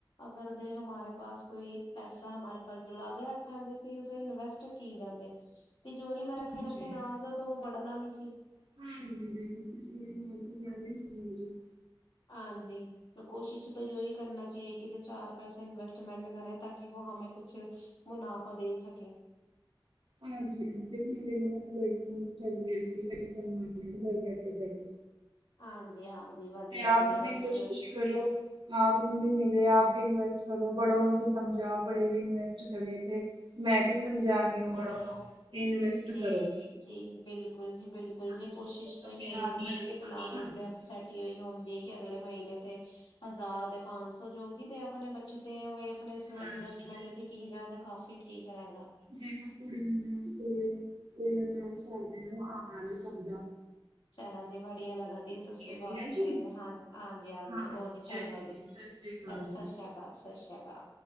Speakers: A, on the left; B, on the right.
A: ਅਗਰ ਦੇ ਹਮਾਰੇ ਪਾਸ ਕੋਈ, ਪੈਸਾ ਹਮਾਰੇ ਪਾਸ ਜੁੜਾ ਦੇ ਰ ਖਾਂਦੇ ਸੀ। ਉਸ, ਇਨਵੈਸਟ ਕੀ ਜਾਂਦੇ ਤਿਜੋਰੀ ਮੈਂ ਰੱਖੇ
B: ਹਾਂਜੀ
A: ਰੱਖਿਆ ਨਾਲ, ਜਦੋਂ ਵੋ ਬੜਨਾ ਨੀਂ ਸੀ।
B: <inaudible>
A: ਹਾਂਜੀ, ਤੇ ਕੋਸ਼ਿਸ਼ ਤਾਂ ਜੋ ਈ ਕਰਨਾ ਚਾਈਏ, ਕਿਤੇ ਚਾਰ ਪੈਸੇ ਇਨਵੈਸਟਮੈਂਟ ਕਰੇ। ਤਾਂ ਕਿ, ਵੋ ਹਮੇਂ ਕੁਛ ਮੁਨਾਫ਼ਾ ਦੇ ਈ ਸਕੇਂ।
B: ਹਾਂਜੀ-ਹਾਂਜੀ, <unintelligible> ਚੱਲ ਰੇ ਸੀ ਪੇਸੈ ਕਮਾ ਘਰ ਬੈਠੇ-ਬੈਠੇ।
A: ਹਾਂਜੀ-ਹਾਂਜੀ ਵਧੀਆ
B: ਆਪ
A: ਜੀ, ਬਸ।
B: ਵੀ ਕੋਸ਼ਿਸ਼ ਕਰੋ। ਆਪ ਨੂੰ ਵੀ ਮਿਲੇ ਆਪ ਵੀ ਇਨਵੈਸਟ ਕਰੋ, ਬੜੋ ਨੂੰ ਵੀ ਸਮਝਾਓ, ਬੜੇ ਵੀ ਇਨਵੈਸਟ ਕਰੇ। ਤੇ ਮੈਂ ਵੀ ਸਮਝਾ ਦੀ ਓਂ, ਬੜੋ ਨੂੰ। ਕਿ ਇਨਵੇਸਟ
A: ਜੀ-ਜੀ
B: ਕਰੋ
A: ਬਿਲਕੁਲ ਜੀ, ਬਿਲਕੁਲ
B: ਹਾਂਜੀ
A: ਜੀ। ਕੋਸ਼ਿਸ਼ ਤਾਂ ਯਈ
B: ਫਿਰ ਆਪ
A: ਰੈਂਦੀ
B: ਮੈਂ
A: ਏ ਕਿ ਪਲਾਨਿੰਗ
B: ਹਾਂਜੀ
A: ਦੇ ਅਪਸੈਟ ਏਈ ਓ ਹੁੰਦੀ ਹੈ ਕਿ ਅਗਲੇ ਮਹੀਨੇ ਤੇ ਹਜ਼ਾਰ ਦੇ ਪੰਜ ਸੌ, ਜੋ ਬੀ ਦੇ ਆਪਣੇ ਬੱਚਤ ਆਪਣੇ
B: ਹਾਂਜੀ
A: ਇਨਵੈਸਟਮੈਂਟ ਦੀ ਕੀ ਜਾ, ਤੇ ਕਾਫੀ ਠੀਕ ਰੈਂਗਾ।
B: ਦੇਖੋ ਕੁੜੀਆਂ ਨਾਲ ਕੁੜੀਆਂ, ਕੁੜੀਆਂ ਨਾਲ ਸਦ ਬਾਰ ਹੋ ਸਕਦਾ।
A: ਚਲਾਦੀ ਬੜੀਆ ਲੱਗਾ ਦੀ ਤੁਸੀਂ ਬਾਤ
B: ਜੀ ਹੈ ਜੀ
A: ਕਰਦੇ, ਹਾਂ, ਹਾਂਜੀ-ਹਾਂਜੀ,
B: ਹਾਂਜੀ
A: ਓਜੀ, ਚੰਗਾ
B: ਚਲਿਏ
A: ਜੀ।
B: ਸਤਿ ਸ੍ਰੀ ਅਕਾਲ
A: ਚਲ, ਸਤਿ
B: ਜੀ
A: ਸ੍ਰੀ ਅਕਾਲ, ਸਤਿ ਸ੍ਰੀ ਅਕਾਲ।